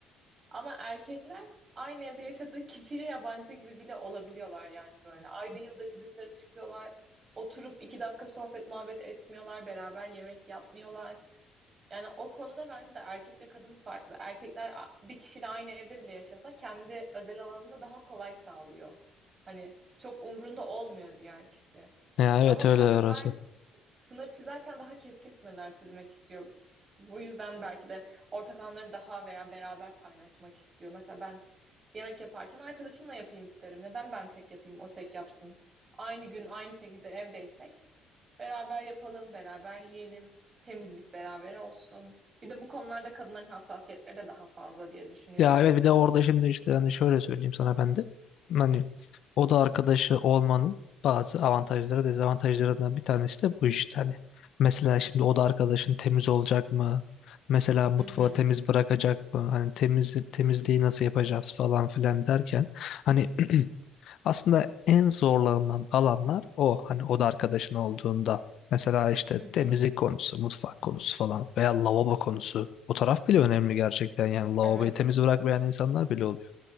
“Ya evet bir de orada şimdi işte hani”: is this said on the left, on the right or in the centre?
Left